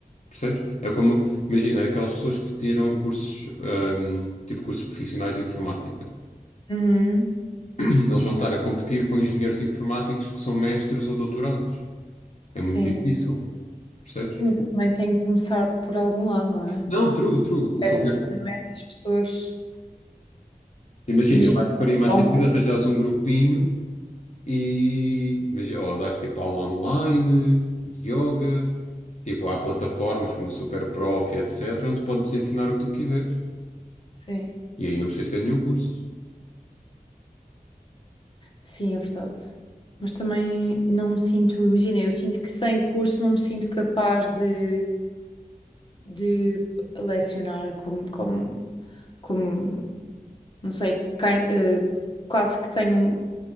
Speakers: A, on the left (about 50°); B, on the left (about 35°).
A: Percebes? É como, imagina, aquelas pessoas que tiram cursos, hum, tipo cursos profissionais de informática.
B: uhum,
A: <clears throat> Eles vão estar a competir com engenheiros informáticos que são mestres ou doutorados. É
B: Sim.
A: muito difícil, percebes?
B: Sim, mas também tem que começar por algum lado, não é?
A: Não, true, true. O
B: Estas,
A: que eu quero...
B: mesmo estas pessoas.
A: Imagina,
B: Imagina.
A: eu acho que faria mais
B: há
A: sentido
B: um-
A: arranjares um grupinho E mas, ó, dás tipo aula online, de yoga, tipo, há plataformas como a Superprof, etc., onde podes ensinar o que tu quiseres.
B: Sim.
A: E aí não precisas ter nenhum curso.
B: Sim, é verdade. Mas também não me sinto. Imagina, eu sinto que sem o curso não me sinto capaz de, de lecionar como, como, como. Não sei, cai- eh, quase que tenho. um